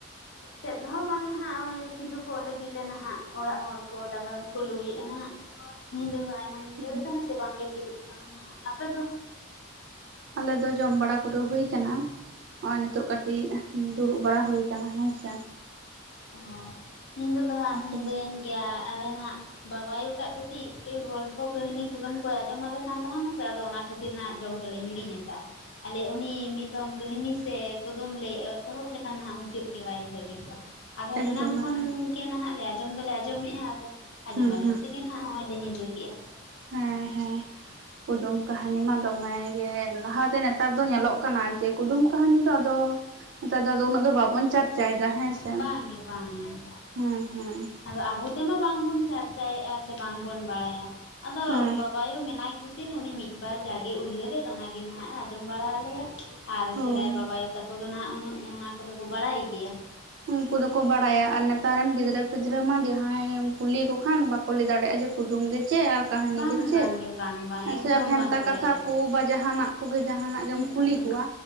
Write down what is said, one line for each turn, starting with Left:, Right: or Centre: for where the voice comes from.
Left: ᱪᱮᱫ ᱦᱚᱸ ᱵᱟᱝ ᱱᱟᱦᱟᱜ ᱠᱤᱫᱩᱵᱚᱜ ᱞᱟᱹᱜᱤᱫ ᱞᱮ ᱱᱟᱦᱟᱜ ᱚᱲᱟᱜ ᱦᱚᱲ ᱠᱚ ᱫᱟᱠᱟ ᱠᱚᱠᱚ ᱞᱩᱭᱮᱜ-ᱟ ᱱᱟᱦᱟᱜ ᱧᱤᱫᱟᱹ ᱦᱚᱸ ᱟᱭᱢᱟ ᱧᱤᱫᱟᱹ
Right: ᱦᱮᱸ
Left: ᱟᱠᱟᱱᱟ ᱥᱮ ᱵᱟᱝᱞᱮ ᱠᱤᱫᱩᱵ ᱟᱠᱟᱱᱟ ᱱᱟᱦᱟᱜ ᱟᱯᱮ ᱫᱚ
Right: ᱟᱞᱮ ᱫᱚ ᱡᱚᱢ ᱵᱟᱲᱟ ᱠᱚᱫᱚ ᱦᱩᱭ ᱠᱟᱱᱟ ᱱᱚᱜ-ᱚᱭ ᱱᱤᱛᱚᱜ ᱠᱟᱴᱤᱡ ᱫᱩᱲᱩᱵ ᱵᱟᱲᱟ ᱦᱩᱭ ᱠᱟᱱᱟ ᱦᱮᱸ ᱥᱮ
Left: ᱚ ᱧᱤᱫᱟᱹ ᱫᱚ ᱦᱟᱸᱜ
Right: ᱮᱠᱫᱚᱢ
Left: ᱧᱤᱫᱟᱹᱭᱮᱱ ᱜᱮᱭᱟ ᱟᱞᱮ ᱱᱟᱦᱟᱜ ᱵᱟᱵᱟᱭᱳ ᱴᱟᱜ ᱠᱟᱹᱴᱤᱡ ᱜᱚᱞᱯᱚ ᱠᱟᱹᱦᱱᱤ ᱠᱩᱫᱩᱢ ᱠᱚᱭ ᱟᱸᱡᱚᱢ ᱟᱞᱮ ᱠᱟᱱ ᱛᱟᱦᱮᱱᱟ ᱥᱮ ᱟᱫᱚ ᱚᱱᱟ‍᱾ ᱠᱷᱟᱹᱛᱤᱨ ᱱᱟᱦᱟᱜ ᱡᱚᱢ ᱫᱚᱞᱮ ᱦᱤᱲᱤᱧ ᱟᱠᱟᱫ-ᱟ ᱟᱞᱮ ᱩᱱᱤ ᱢᱤᱫ ᱫᱷᱚᱢ ᱠᱟᱹᱦᱱᱤ ᱥᱮ ᱠᱚᱫᱚᱢ ᱞᱮ ᱮᱛᱚᱦᱚᱵ ᱞᱮᱠᱷᱟᱱ ᱱᱟᱦᱟᱜ ᱢᱩᱪᱟᱹᱫ ᱜᱮ ᱵᱟᱭ ᱞᱟᱹᱜᱤᱫᱚᱜ-ᱟ ᱟᱫᱚ
Right: ᱮᱠᱫᱚᱢ
Left: ᱦᱮᱱᱟᱱ ᱠᱷᱚᱱ
Right: ᱮᱠᱫᱚᱢ
Left: ᱜᱮ ᱱᱟᱦᱟᱜ ᱞᱮ ᱟᱸᱡᱚᱢ ᱫᱚᱞᱮ ᱟᱸᱡᱚᱢᱮᱫ-ᱟ ᱟᱫᱚ ᱟᱸᱡᱚᱢ
Right: ᱦᱩᱸ
Left: ᱟᱸᱡᱚᱢ
Right: ᱦᱩᱸ
Left: ᱛᱮᱜᱮ ᱦᱟᱱᱟᱜ ᱱᱚᱜ-ᱚᱭ ᱞᱮ ᱧᱤᱫᱟᱹ ᱠᱮᱜ-ᱟ
Right: ᱦᱮᱸ ᱦᱮᱸ ᱠᱩᱫᱩᱢ ᱠᱟᱦᱱᱤ ᱢᱟ ᱫᱚᱢᱮ ᱜᱮ ᱞᱟᱦᱟ ᱛᱮ ᱱᱮᱛᱟᱨ ᱫᱚ ᱧᱮᱞᱚᱜ ᱠᱟᱱᱟ ᱡᱮ ᱠᱩᱫᱩᱢ ᱠᱟᱦᱟᱱᱤ ᱫᱚ ᱟᱫᱚ ᱱᱮᱛᱟᱨ ᱫᱚ ᱟᱫᱚ ᱩᱱᱟᱹᱜ ᱫᱚ ᱵᱟᱵᱚᱱ ᱪᱟᱨᱪᱟᱭ ᱮᱫᱟ ᱦᱮᱸ ᱥᱮ
Left: ᱵᱟᱝᱜᱮ ᱵᱟᱝ
Right: ᱦᱮᱸ ᱦᱮᱸ
Left: ᱟᱫᱚ ᱟᱵᱚ ᱛᱮᱢᱟ ᱵᱟᱝ ᱵᱚᱱ ᱪᱟᱨᱪᱟᱭᱮᱜ-ᱟ ᱥᱮ ᱵᱟᱝ ᱵᱚᱱ ᱵᱟᱲᱟᱭᱟ ᱟᱫᱚ
Right: ᱦᱮᱸ
Left: ᱵᱟᱭᱳ ᱢᱮᱱᱟᱭ ᱠᱷᱟᱹᱛᱤᱨ ᱩᱱᱤ ᱢᱤᱫ ᱵᱟᱨ ᱡᱟᱜᱮ ᱩᱭᱦᱟᱹᱨᱮᱫ ᱚᱱᱟᱜᱮ ᱱᱟᱦᱟᱸᱜ ᱟᱸᱡᱚᱢ ᱵᱟᱲᱟ ᱟᱞᱮᱭᱟ ᱟᱨ
Right: ᱦᱳᱭ
Left: ᱥᱮᱫᱟᱭ ᱵᱟᱵᱟᱭᱩ ᱛᱟᱠᱚ ᱫᱚ ᱱᱟᱦᱟᱸᱜ ᱩᱱᱟᱹᱜ ᱚᱱᱟ ᱠᱚᱫᱚ ᱠᱚ ᱵᱟᱲᱟᱭ ᱜᱮᱭᱟ
Right: ᱩᱱᱠᱩ ᱫᱚᱠᱚ ᱵᱟᱲᱟᱭᱟ ᱟᱨ ᱱᱮᱛᱟᱨ ᱨᱮᱱ ᱜᱤᱫᱽᱨᱟᱹ ᱯᱤᱫᱽᱨᱟᱹ ᱢᱟ ᱡᱟᱦᱟᱸᱭᱮᱢ ᱠᱩᱞᱤ ᱠᱚ ᱠᱷᱟᱱ ᱵᱟᱠᱚ ᱠᱚ ᱞᱟᱹᱭ ᱫᱟᱲᱮᱭᱟᱜᱼᱟ ᱡᱮ ᱠᱩᱫᱩᱢ ᱜᱮ ᱪᱮᱫ ᱟᱨ ᱠᱟᱦᱟᱱᱤ
Left: ᱵᱟᱝ
Right: ᱜᱮ ᱪᱮᱫ
Left: ᱵᱟᱝᱜᱮ ᱵᱟᱝ ᱵᱟᱝ
Right: ᱦᱮᱸ
Left: ᱮᱠᱫᱚᱢ
Right: ᱥᱮ ᱵᱷᱮᱱᱛᱟ
Left: ᱵᱟᱝᱠᱚ
Right: ᱠᱟᱛᱷᱟ
Left: ᱞᱟᱹᱭ ᱫᱟᱲᱮᱭᱟᱜᱼᱟ
Right: ᱠᱩ ᱵᱟ ᱡᱟᱦᱟᱸᱱᱟᱜ ᱠᱚᱜᱮ ᱡᱟᱦᱟᱸᱱᱟᱜ ᱜᱮᱢ
Left: ᱩᱦᱩᱸᱜ
Right: ᱠᱩᱞᱤ
Left: ᱩᱦᱩᱸᱜ
Right: ᱠᱚᱣᱟ